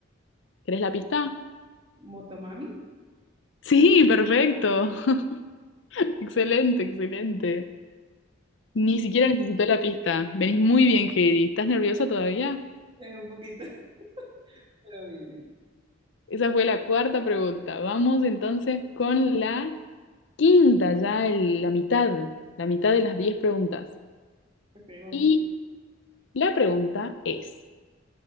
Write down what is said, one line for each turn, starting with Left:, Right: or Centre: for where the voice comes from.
Left: ¿Querés la pista?
Right: ¿Motomami?
Left: Sí, perfecto. <laughs> Excelente, excelente. Ni siquiera necesité la pista. Venís muy bien, Heidi. ¿Estás nerviosa todavía?
Right: Eh, un poquito, <laughs> pero bien, bien.
Left: Esa fue la cuarta pregunta. Vamos entonces con la quinta, ya el- la mitad, la mitad de las diez preguntas.
Right: Ok, vamos.
Left: Y la pregunta es,